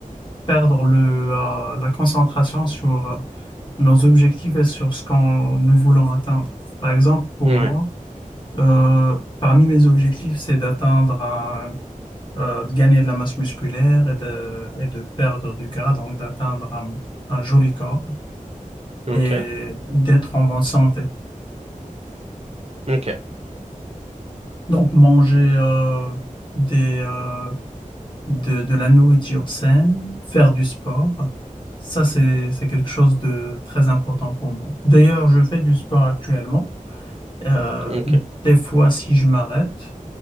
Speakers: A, on the left (about 35°); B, on the right (about 45°).
A: perdre le, euh, la concentration sur euh, nos objectifs et sur ce qu'on nous voulons atteindre. Par exemple, pour
B: Ouais.
A: moi, euh, parmi mes objectifs, c'est d'atteindre un- euh, de gagner de la masse musculaire et de, et de perdre du gras, donc d'atteindre un, un joli corps
B: Ok.
A: et d'être en bonne santé.
B: Ok.
A: Donc manger euh, des, euh, de, de la nourriture saine, faire du sport. Ça, c'est, c'est quelque chose de très important pour moi. D'ailleurs, je fais du sport actuellement. Euh,
B: Ok.
A: des fois, si je m'arrête,